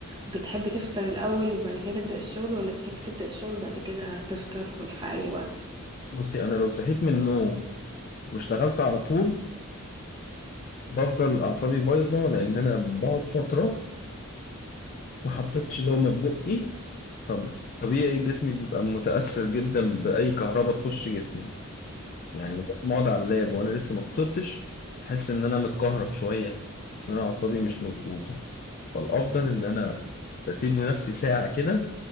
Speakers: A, on the right; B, on the left.
A: بتحب تفطر الأول وبعد كده تبدأ الشغل ولا بتحب تبدأ الشغل بعد كده تفطر في أي وقت
B: بصي أنا لو صحيت من النوم واشتغلت على طول بفضل أعصابي بايظة لأن أنا بقعد فترة ما حطيتش دومة في بقي فطبيعي جسمي بيبقى متأثر جدا بأي كهرباء تخش جسمي يعني مجرد ما أقعد على اللاب وأنا لسه ما فطرتش أحس إن أنا متكهرب شوية أحس إن أنا أعصابي مش مظبوطة فالافضل ان انا بسيب لنفسي ساعه كده